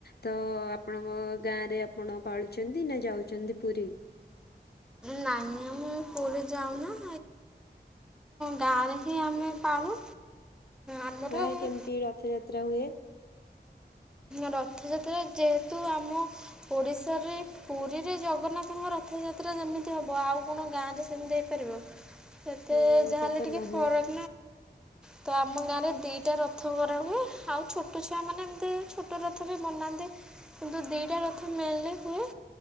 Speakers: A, on the left; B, in the centre.
A: ତ ଆପଣଙ୍କ ଗାଁ ରେ ଆପଣ ପାଳୁଚନ୍ତି ନା ଯାଉଛନ୍ତି ପୁରୀ?
B: ନା-ନା ମୁ ପୁରୀ ଯାଉନା ଗାଁ ରେ ହିଁ ଆମେ ପାଳୁ। ଆମର
A: ଗାଁରେ କେମିତି ରଥଯାତ୍ରା ହୁଏ?
B: ରଥଯାତ୍ରା ଯେହେତୁ ଆମ ଓଡ଼ିଶାରେ ପୁରୀରେ ଜଗନ୍ନାଥଙ୍କ ରଥଯାତ୍ରା ଯେମିତି ହେବ ଆଉ କଣ ଗାଁରେ ସେମିତି ହେଇପାରିବ। ସେତେ
A: ହୁଁ ଏଟା
B: ଯାହା ହେେଲେ
A: ତ
B: ଟିକେ
A: ନୁହୁଁ
B: ଫରକ୍ ତ ଆମ ଗାଁ ରେ ଦିଟା ରଥ କରାହୁଏ, ଆଉ ଛୋଟ ଛୁଆ ମାନେ ଏମିତି ଛୋଟ ରଥ ବି ବନାନ୍ତି କିନ୍ତୁ ଦିଇଟା ରଥ ମେନଲି ହୁଏ।